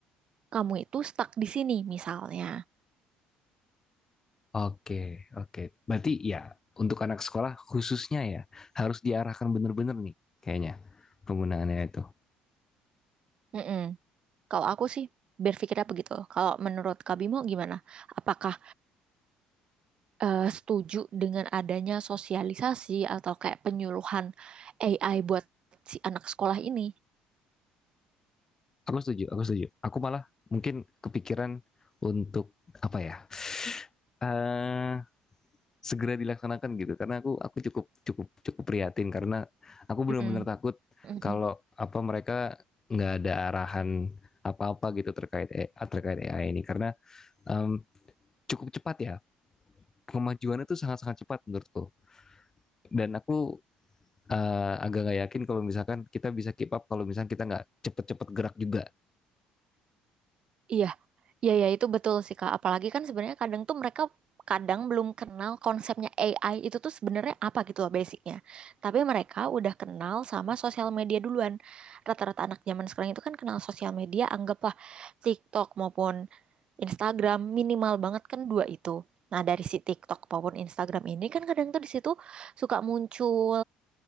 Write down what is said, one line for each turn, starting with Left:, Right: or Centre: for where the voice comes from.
Right: kamu itu stuck di sini misalnya.
Left: oke oke berarti ya untuk anak sekolah khususnya ya harus diarahkan benar-benar nih kayaknya penggunaannya itu
Right: Mm-mm. Kalau aku sih berpikirnya begitu. Kalau menurut Kak Bimo gimana? Apakah eh, setuju dengan adanya sosialisasi atau kayak penyuluhan AI buat si anak sekolah ini.
Left: Aku setuju, aku setuju. Aku malah mungkin kepikiran untuk apa ya? eh segera dilaksanakan gitu karena aku aku cukup cukup cukup prihatin karena aku benar-benar
Right: Mm.
Left: takut
Right: Mm-mm.
Left: kalau apa mereka nggak ada arahan apa-apa gitu terkait eh, terkait AI ini karena em, cukup cepat ya kemajuannya tuh sangat-sangat cepat menurutku dan aku eh, agak nggak yakin kalau misalkan kita bisa keep up kalau misalkan kita nggak cepet-cepet gerak juga.
Right: Iya, iya, iya itu betul sih Kak. Apalagi kan sebenarnya kadang tuh mereka kadang belum kenal konsepnya AI itu tuh sebenarnya apa gitu loh basicnya. Tapi mereka udah kenal sama sosial media duluan. Rata-rata anak zaman sekarang itu kan kenal sosial media, anggaplah TikTok maupun Instagram minimal banget kan dua itu. Nah, dari si TikTok maupun Instagram ini kan kadang tuh di situ suka muncul